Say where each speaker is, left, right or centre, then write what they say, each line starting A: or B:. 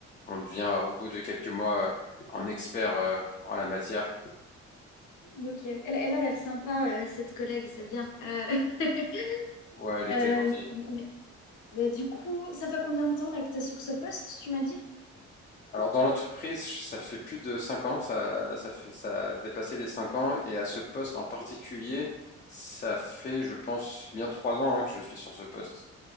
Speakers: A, on the left; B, on the left.
A: on devient, au bout de quelques mois, euh, un expert euh, en la matière.
B: Ok, elle, elle a l'air sympa, euh, cette collègue, c'est bien. Euh, <laughs>
A: Ouais, elle était
B: euh,
A: gentille.
B: mais, mais du coup, ça fait combien de temps là que tu es sur ce poste, tu m'as dit?
A: Alors, dans l'entreprise, ça fait plus de 5 ans. Ça, là, ça fait, ça a dépassé les 5 ans. Et à ce poste en particulier, ça fait, je pense, bien 3 ans hein, que je suis sur ce poste.